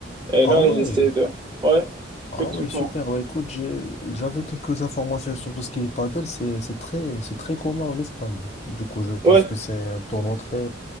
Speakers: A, on the right; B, on the left.
A: Et
B: Ah
A: là,
B: ouais.
A: j'essaie de. Ouais, effectivement.
B: Ah ouais, super. Ouais, écoute, j'ai- j'avais quelques informations sur tout ce qui est paddle. C'est, c'est très, c'est très commun en Espagne. Du coup, je pense
A: Ouais,
B: que c'est un tournoi très,